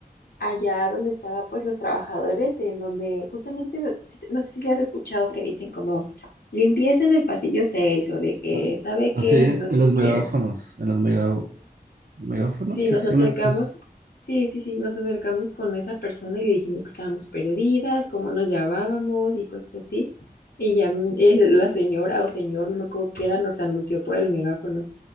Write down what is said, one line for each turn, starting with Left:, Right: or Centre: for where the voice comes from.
Left: allá donde estaba pues los trabajadores, en donde justamente, no si- no sé si has escuchado que dicen como limpieza en el pasillo 6 o de que
Right: Ah,
Left: sabe
Right: Así,
Left: qué,
Right: en
Left: no sé
Right: los
Left: qué.
Right: megáfonos, en los mega, megáfonos,
Left: Sí,
Right: creo
Left: nos
Right: que se
Left: acercamos,
Right: llaman. Sí, sí.
Left: sí, sí, sí, nos acercamos con esa persona y le dijimos que estábamos perdidas, cómo nos llamábamos y cosas así. Y ya mm, eh, la señora o señor, no me acuerdo qué era, nos anunció por el megáfono.